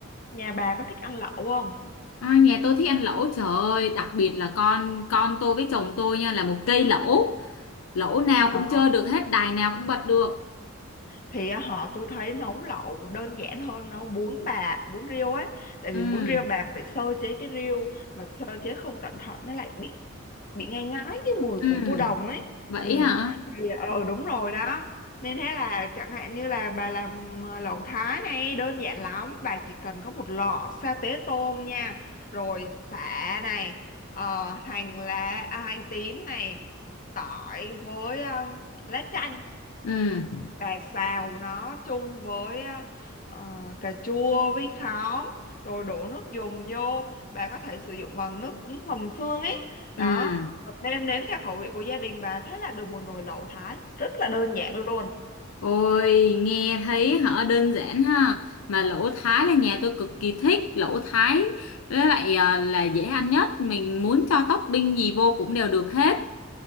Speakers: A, on the left; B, on the left.
A: nhà bà có thích ăn lẩu không
B: À, nhà tôi thích ăn lẩu trời ơi đặc biệt là con con tôi với chồng tôi nha là một cây lẩu lỗ nào
A: ờ
B: cũng chơi được hết đài nào cũng bật được
A: thì á, họ tôi thấy nấu lẩu đơn giản hơn nấu bún bà bún riêu ấy tại vì
B: ừ
A: bún riêu bà phải sơ chế cái riêu mà sơ chế không cẩn thận nó lại bị bị ngai ngái cái mùi
B: ừ
A: của cua đồng ấy
B: vậy
A: ừ
B: hả
A: thì ờ đúng rồi đó nên thế là chẳng hạn như là bà làm ờ, lẩu thái này đơn giản lắm bà chỉ cần có một lọ sa tế tôm nha rồi sả này ờ, hành lá à, hành tím này tỏi với um, lá chanh
B: ừ
A: bà xào nó chung với ờ, ờ, cà chua với khóm rồi đổ nước dùng vô bà có thể sử dụng bằng nước ứng hầm xương ấy đó
B: ừ
A: rồi nêm nếm theo khẩu vị của gia đình bà thế là được một nồi lẩu Thái rất là đơn giản luôn
B: ôi nghe thấy hả đơn giản ha mà lỗ thái là nhà tôi cực kỳ thích lỗ thái với lại à, là dễ ăn nhất mình muốn cho topping gì vô cũng đều được hết